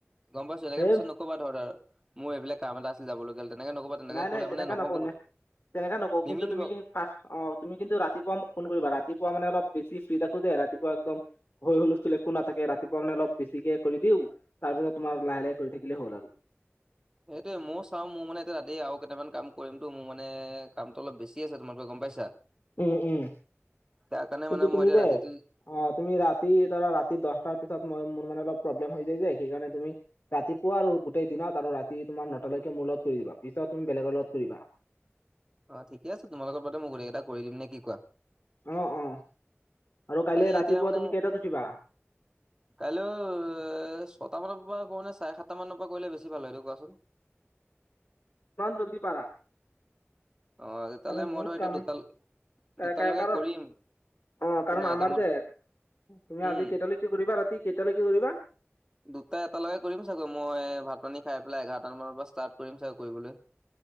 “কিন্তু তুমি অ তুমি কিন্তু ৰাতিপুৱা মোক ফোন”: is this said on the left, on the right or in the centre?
Left